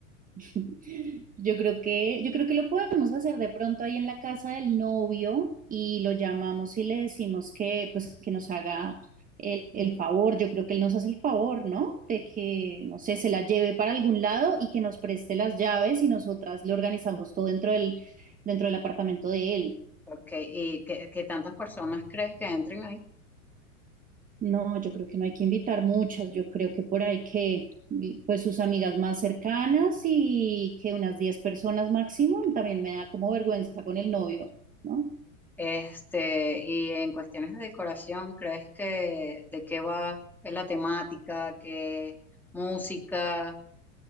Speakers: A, on the right; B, in the centre.
A: <laughs> Yo creo que, yo creo que lo podemos hacer de pronto ahí en la casa del novio y lo llamamos y le decimos que, pues, que nos haga el, el favor. Yo creo que él nos hace el favor, ¿no? De que, no sé, se la lleve para algún lado y que nos preste las llaves y nosotras le organizamos todo dentro del, dentro del apartamento de él.
B: porque y que, que tantas personas crees que entren ahí.
A: No, yo creo que no hay que invitar muchas, yo creo que por ahí que pues sus amigas más cercanas y que unas 10 personas máximo, también me da como vergüenza con el novio, ¿no?
B: Este, y en cuestiones de decoración, ¿crees que de qué va la temática, qué música? A